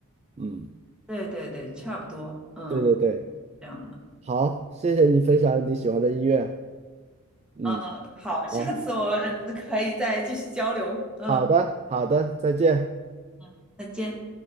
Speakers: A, on the right (about 30°); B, in the centre.
A: 嗯，
B: 对对对，差不多，嗯，
A: 对对对，
B: 这样的，
A: 好，谢谢你分享你喜欢的音乐。
B: 嗯，
A: 嗯，
B: 嗯，好，下次我们可以再继续交流，
A: 好，
B: 嗯
A: 好的，好的，再见。
B: 嗯，再见。